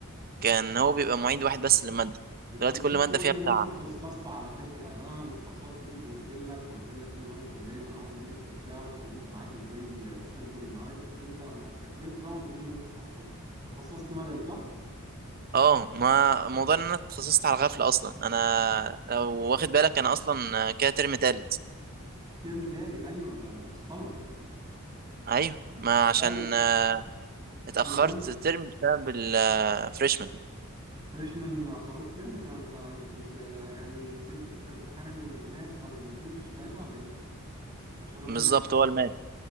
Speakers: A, on the right; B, on the right.
A: كان هو بيبقى معيد واحد بس للمادة
B: انت
A: دلوقتي
B: نسيت
A: كل مادة
B: تقول
A: فيها
B: لي ان
A: بتاع
B: انت اتخصصت على فكره يعني انا لما اتخصصت جيت وقلت لك وقلت لك ايه نظام الكليه من اول ما تيجي تخشها واتكلمت معاك ازاي تسجل المواد بس انت لما سجلت بقى ما قلتليش ان انت اتخصصت انت اتخصصت مدني صح؟
A: اه ما موضوع إن أنا اتخصصت على غفلة أصلا أنا لو واخد بالك أنا أصلا آه، كده ترم تالت
B: ترم تالت ايوه انت انت في السمر
A: أيوه ما عشان
B: ايوه
A: آه، اتأخرت
B: نظام
A: ترم بسبب الفريشمان
B: فريشمان خروج ترم انت انت كنت يعني نزلت في امتحان الماس او الانجليش ساعتها ولا ايه؟ شالوا
A: بالظبط
B: منك
A: هو الماس